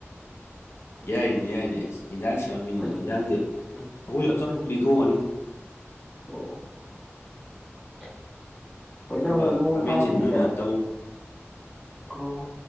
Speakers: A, on the left; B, in the centre.
A: ꯌꯥꯏꯅꯦ ꯌꯥꯏꯅꯦ ꯑꯩ ꯍꯟꯖꯥꯡ ꯁꯦꯝꯃꯝꯃꯤꯅꯤꯅꯦ
B: ꯑꯗꯨ
A: ꯏꯟꯖꯥꯡꯁꯦ ꯑꯩꯈꯣꯏ
B: ꯎꯝ
A: ꯑꯆꯝꯕ ꯂꯤꯊꯣꯛꯑꯅꯤ
B: ꯑꯣ ꯑꯩꯣꯏꯅ
A: ꯑꯆꯝꯕ
B: ꯑꯃꯨꯛ ꯅꯣꯡ
A: ꯈꯥꯃꯦꯟꯁꯤꯟ
B: ꯇꯥꯕꯁꯤꯗ
A: ꯑꯣꯏꯅ ꯇꯧ
B: ꯑꯣ